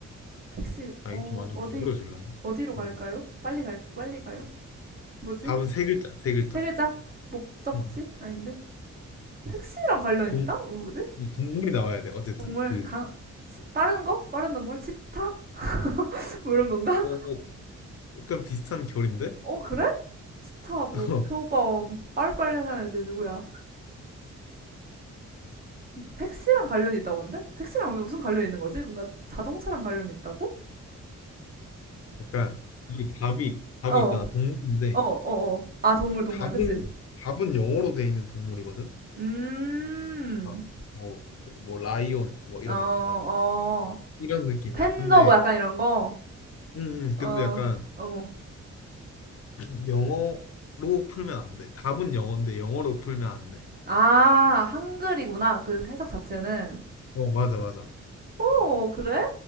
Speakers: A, on the right; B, on the left.
A: 택시,
B: 아,
A: 어,
B: 이게 또 완전
A: 어디,
B: 더 어려워질라네.
A: 어디로 갈까요?
B: 음.
A: 빨리 갈, 빨리 가요? 뭐지?
B: 답은 세 글자, 세 글자.
A: 세 글자? 목적지?
B: 음.
A: 아닌데? 택시랑 관련
B: 동,
A: 있다? 어, 뭐지?
B: 동물이 나와야 돼. 어쨌든,
A: 동물,
B: 그,
A: 강, 치- 빠른 거? 빠른 동물? 치타? <laughs> 뭐 이런 건가?
B: 어, 어. 약간 비슷한 결인데?
A: 어, 그래? 치타, 뭐,
B: <laughs>
A: 표범, 빠르빨리 하는 애들 누구야? 택시랑 관련이 있다고 근데? 택시랑 왜 무슨 관련이 있는 거지? 뭔가 자동차랑 관련이 있다고?
B: 약간 이게 답이 답이
A: 어,
B: 있잖아 동물인데
A: 어, 어, 어. 아, 동물, 동물,
B: 답은
A: 그치?
B: 답은 영어로 돼 있는 동물이거든.
A: 음,
B: 아, 뭐, 뭐 라이온 뭐 이런
A: 어, 어.
B: 거 있잖아. 이런 느낌이야.
A: 팬더
B: 근데
A: 뭐 약간 이런 거?
B: 음, 음,
A: 어,
B: 근데 약간
A: 어.
B: <clears throat> 영어로 풀면 안 돼. 답은 영어인데 영어로 풀면 안 돼.
A: 아, 한글이구나. 그 해석 자체는.
B: 어 맞아 맞아.
A: 오, 그래?